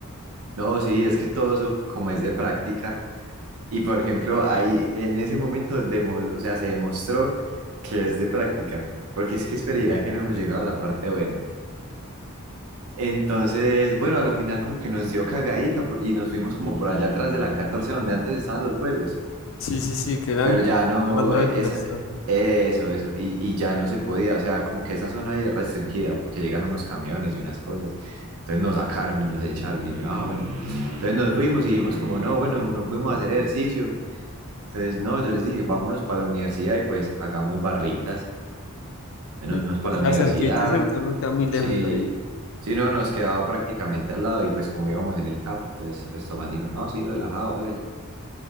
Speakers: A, on the right; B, on the left.
A: No, sí, es que todo eso como es de práctica. Y, por ejemplo, ahí en ese momento, demo- o sea, se demostró que es de práctica. Porque es que esperaría que no hemos llegado a la parte buena. Entonces, bueno, a la final como que nos dio cagadita por- y nos fuimos como por allá atrás de la 14 donde antes estaban los juegos.
B: Sí, sí, sí, quedan
A: Pero
B: como
A: ya
B: que
A: no,
B: están las máquinas.
A: e- esa-
B: todo.
A: eso, eso, y, y ya no se podía, o sea, como que esa zona ahí es restringida porque llegan unos camiones y unas cosas. Entonces nos sacaron y nos echaron y yo, ah, bueno. Entonces nos fuimos y dijimos como, no, bueno, no pudimos hacer ejercicio. Entonces, no, yo les dije, vámonos para la universidad y pues hagamos barritas. Entonces
B: Y
A: nos fuimos para
B: les
A: la
B: queda
A: universidad,
B: cerquita, ¿cierto? No queda muy lejos
A: sí,
B: de ahí.
A: sí, no, nos quedaba prácticamente al lado y pues como íbamos en el carro, entonces pues Tomás dijo, no, sí, relajado, hágale.